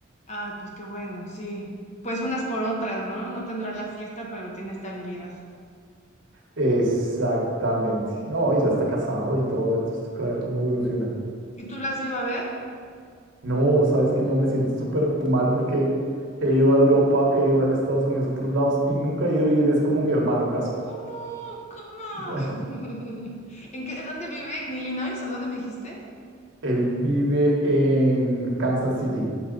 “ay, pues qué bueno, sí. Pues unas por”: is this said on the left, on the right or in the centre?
Left